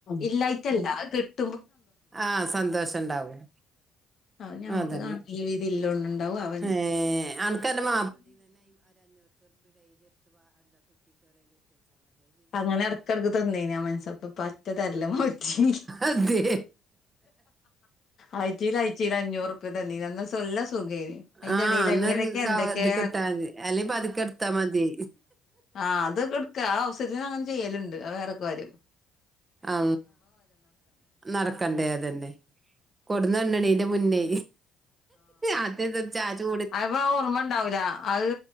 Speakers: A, on the left (about 55°); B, on the right (about 25°).
A: ഇല്ലായിറ്റില്ല കിട്ട്
B: ആ സന്തോഷം ഉണ്ടാവും
A: അത് ഞമ്മക്ക്
B: അതന്നെ
A: കാണുന്നില്ല വീതി ഇല്ലോണ്ടുണ്ടാവും അവന്
B: ഏ ആൾക്കാര <unintelligible>
A: അങ്ങനെ ഇടക്കിടക്ക് തന്നെനേം മനസപ്പറ്റ് തരില്ല മോറ്റി
B: അതെ
A: ആഴ്ചൽ ആഴ്ചേൽ അഞ്ഞൂറ് രൂപ തന്നെൻ എന്നാൽ സ്ലൊല്ല സുഖേനന് അതിന്റെ
B: ആഹ്
A: ഇടയിൽ
B: അന്നൊരു
A: എങ്ങനെയൊക്കെ
B: കവ
A: എന്തൊക്കെയ
B: ഇത് കിട്ടാ മതി അല്ലെ പതുക്കെ എടുത്താ മതി
A: ആ അതെടുക്കുക ആ അവസരത്തിന് അങ്ങനെ ചെയ്യലുണ്ട് ക്ക വരും
B: ആ നടക്കണ്ടേ അതന്നെ കൊടന്നണ്ടണീന്റെ മുന്നേ ആദ്യഹത്തെ ചാച്ചോ
A: അപ്പൊ ഓർമ്മ ഉണ്ടാവില്ല അത്